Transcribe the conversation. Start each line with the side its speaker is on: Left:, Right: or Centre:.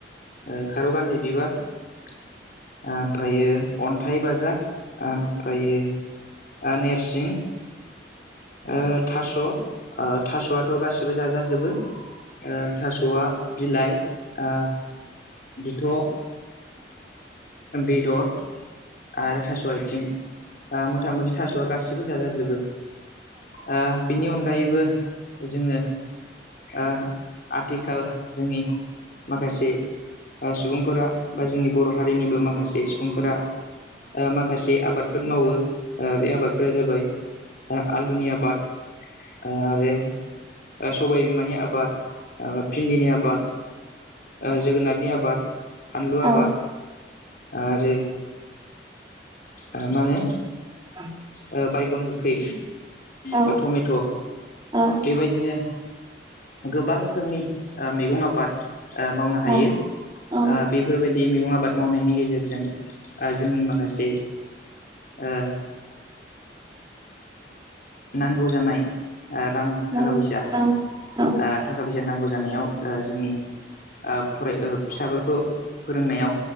Left: ओ खारौ गान्दि बिबार ओ ओमफायो अन्थाइ बाजाब ओमफायो नेरसिं ओ थास' आ थास'आथ' गासिबो जाजाजोबो। ओ थास'आ बिलाइ ओ। बिथ' ओ बेदर। आरो थास' आयथिं। आ मथा मथि थास'आ गासिबो जाजाजोबो आ। बिनि अनगायैबो जोङो आ आथिखाल जोंनि माखासे आ सुबुंफोरा बा जोंनि बर' हारिनिबो माखासे सुबुंफोरा। ओ माखासे आबाद। फोद मावो ओ बे आबादफोरा जाबाय ओ आलुनि आबाद। आरो आ सबाय बिमानि आबाद आ भिन्दिनि आबाद। ओ जोगोनारनि आबाद फानलु
Right: औ
Left: आबाद। आरो ओ मा होनो
Right: <inaudible>
Left: ओ बायगन गोखै
Right: औ
Left: बा टमेट'
Right: औ
Left: बेबायदिनो गोबां रोखोमनि ओ मैगं आबाद ओ मावनो
Right: औ
Left: हायो
Right: औ
Left: ओ बेफोर बाय दि मैगं आबाद मावनायनि गेजेरजों ओ जोंनि माखासे ओ नांगौ जानाय ओ रां थाखा
Right: औ
Left: फैसा ओ
Right: औ औ
Left: थाखा फै नांगौ जानायाव ओ जोंनि ओ फराय फिसाफोरखौ फोरोंनायाव